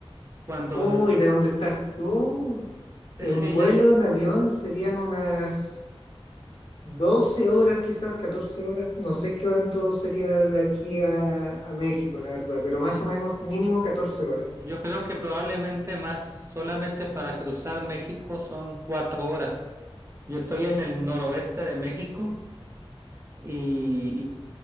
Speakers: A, on the right; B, on the left.
A: Cuando,
B: Uy, ¿de dónde estás tú? En
A: Ay, sí,
B: vuelo,
A: yo,
B: en avión, serían unas 12 horas, quizás 14 horas, no sé cuánto sería de aquí a, a México, la verdad, pero más
A: y
B: o menos mínimo 14 horas.
A: yo creo que probablemente más, solamente para cruzar México son cuatro horas. Yo estoy en el noroeste de México y,